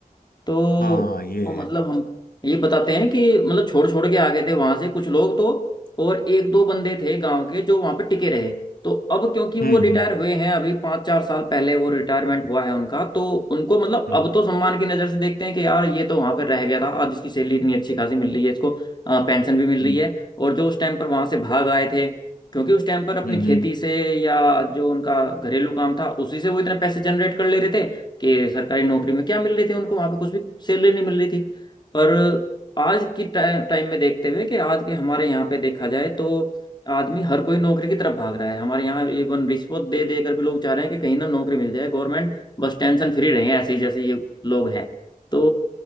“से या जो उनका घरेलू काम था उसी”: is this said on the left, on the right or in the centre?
Left